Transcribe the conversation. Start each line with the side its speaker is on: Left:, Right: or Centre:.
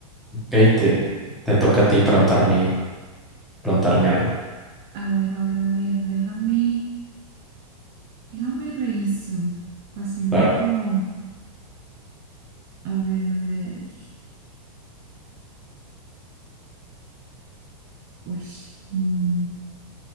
Centre: ok, te, te toca a ti preguntarme, preguntarme algo.
Right: A ver, a ver, a ver, déjame. Déjame reviso. Así una
Centre: Claro.
Right: como, a ver, a ver. Uy. mm,